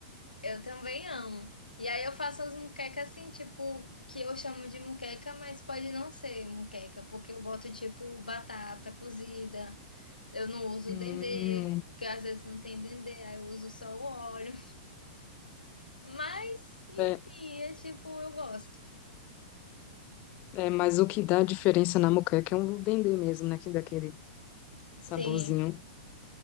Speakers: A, on the left; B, on the left.
A: Eu também amo. E aí eu faço as muquecas assim, tipo, que eu chamo de muqueca, mas pode não ser muqueca, porque eu boto tipo batata cozida, eu não uso
B: Hum,
A: dendê, porque às vezes não tem dendê, aí eu uso só o óleo. Mas, enfim,
B: é,
A: é tipo, eu gosto.
B: é, mas o que dá diferença na moqueca é um dendê mesmo, né? Que dá aquele saborzinho.
A: Sim.